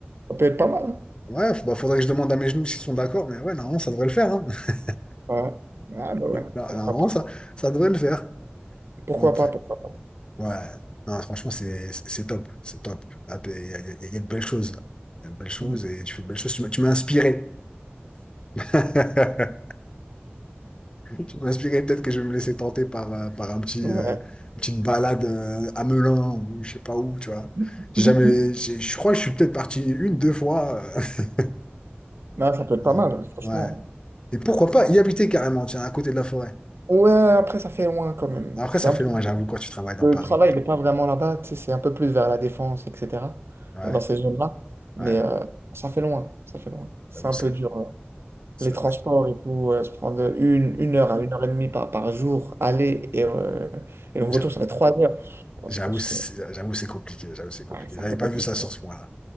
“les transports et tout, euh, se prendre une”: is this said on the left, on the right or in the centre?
Right